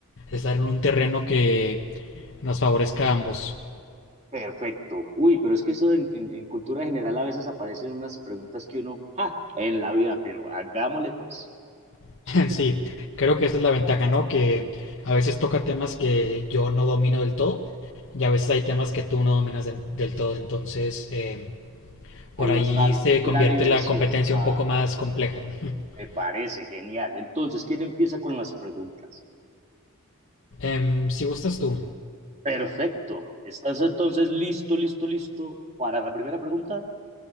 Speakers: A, on the left; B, on the right.
A: estar en un terreno que nos favorezca a ambos.
B: Perfecto. Uy, pero es que eso en, en- en cultura general a veces aparecen unas preguntas que uno, ¡ja! en la vida, pero hagámosle pues.
A: <laughs> Sí, creo que esa es la ventaja, ¿no? Que a veces toca temas que yo no domino del todo y a veces hay temas que tú no dominas del del todo. Entonces, em, por
B: Ahí
A: ahí
B: va a estar
A: se convierte
B: la diversión.
A: la competencia
B: Ajá,
A: un poco más compleja. <laughs>
B: me parece genial. Entonces, ¿quién empieza con las preguntas?
A: Em, si gustas tú,
B: Perfecto. ¿Estás entonces listo, listo, listo para la primera pregunta?